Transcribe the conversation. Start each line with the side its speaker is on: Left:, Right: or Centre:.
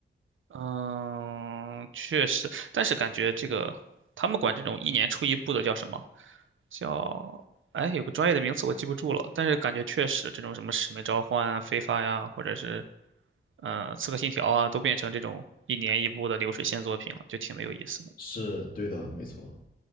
Right: 嗯，确实，但是感觉这个他们管这种一年出一部的叫什么？叫哎，有个专业的名词我记不住了，但是感觉确实这种什么《使命召唤》啊、《非法》呀，或者是呃《刺客信条》啊，都变成这种一年一部的流水线作品了，就挺没有意思的。
Left: 是对的，没错。